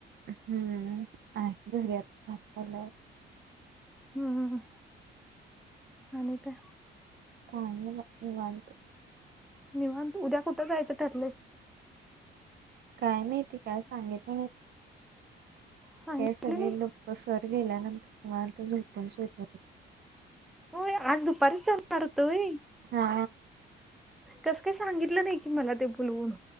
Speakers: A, on the right; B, in the centre.
A: हम्म आणि घरीतलं.
B: हम्म आणि का?
A: काही वा निवांत.
B: निवांत उद्या कुठं जायचं ठरलंय?
A: काय माहिती काय सांगितलं? नाही
B: सांगितलं
A: का सगळे
B: नाही
A: दु सर गेल्यानंतर तुम्हालाता झोपून सुट
B: हो आज दुपारीच चालणार होतोय.
A: हा
B: कसं काही सांगितलं नाही की मला ते बोलवून.